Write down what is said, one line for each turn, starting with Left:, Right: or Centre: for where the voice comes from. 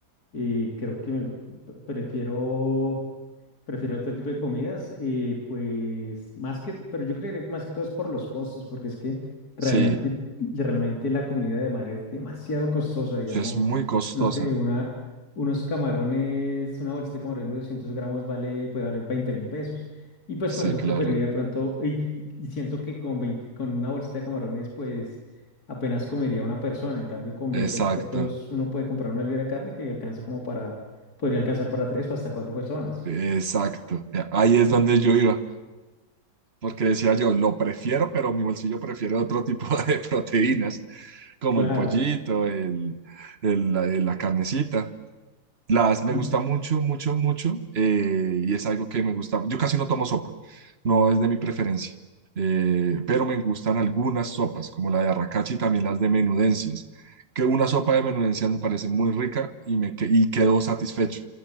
Left: Eh, creo que me, pre- prefiero, prefiero otro tipo de comidas, eh, pues, más que, t- pero yo creería que más que todo es por los costos, porque es que Mm. realmente
Right: Sí,
Left: de realmente la comida de mar es demasiado costosa, digamos.
Right: es muy costosa.
Left: No sé, una, unos camarones, una bolsita de camarones de 200 gramos vale, puede valer veinte mil pesos. Y pues
Right: Sí,
Left: con eso
Right: claro.
Left: preferiría de pronto, y, y siento que con veinte con una bolsita de camarones, pues apenas comería una persona. En cambio, con
Right: Exacto,
Left: veinte mil pesos uno puede comprar una libra de carne que alcanza como para, podría alcanzar para tres o hasta cuatro personas.
Right: exacto. Ahí es donde yo iba, porque decía yo, lo prefiero, pero mi bolsillo prefiere otro tipo <laughs> de proteínas, como
Left: Claro.
Right: el pollito, el, el- la, la carnecita. Las me
Left: Y,
Right: gusta mucho, mucho, mucho eh, y es algo que me gusta. Yo casi no tomo sopa, no es de mi preferencia, eh, pero me gustan algunas sopas, como la de arracachi y también las de menudencias, que una sopa de menudencias me parece muy rica y me que- y quedo satisfecho.